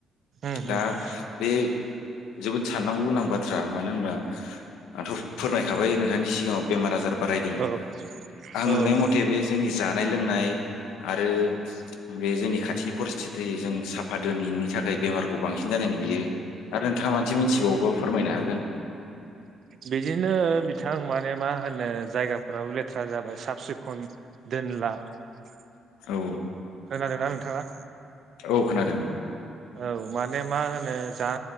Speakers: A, on the right (about 60°); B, on the left (about 80°).
A: उम
B: दा
A: उम
B: बे जोबोद साननांगौ गोनां बाथ्रा मानो होनब्ला आंथ' फोरमायखाबाय नोंथांनि सिगाङाव बेमार आजार बारायदों
A: औ
B: आं
A: औ
B: नुनाय मथे बे जोंनि जानाय लोंनाय आरो बे जोंनि खाथिनि परिस्थिथि जों साफा दोनिनि थाखाय बेमारखौ बांसिन जानाय नुयो आरो नोंथाङा मोनसे मोनथिबावोबा फोरमायनो हागोन
A: बिदिनो बिथां मान मा होनो जायगाफोराव लेथ्रा जाबाय साब सिखन दोनला खोनादों
B: औ
A: ना नोंथाङा
B: औ खोनादों
A: औ माने मा होनो जा